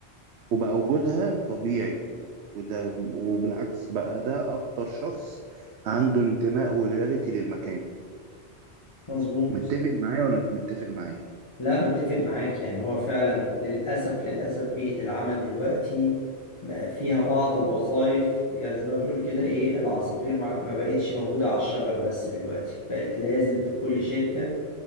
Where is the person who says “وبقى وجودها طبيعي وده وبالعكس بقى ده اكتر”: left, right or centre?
Right